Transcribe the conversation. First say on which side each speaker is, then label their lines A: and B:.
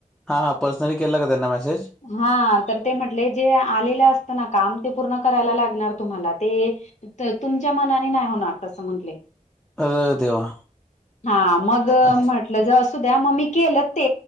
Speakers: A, in the centre; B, on the left.
A: हा हा पर्सनली केला का त्यांना मेसेज
B: हा तर ते म्हटले जे आलेलं असत ना काम ते पूर्ण करायला लागणार तुम्हाला ते तर तुमच्या मनाने नाही होणार तसं म्हटले
A: अरे देवा!
B: हा मग
A: अच्छा.
B: म्ह टलं ज असू द्या मग मी केलं ते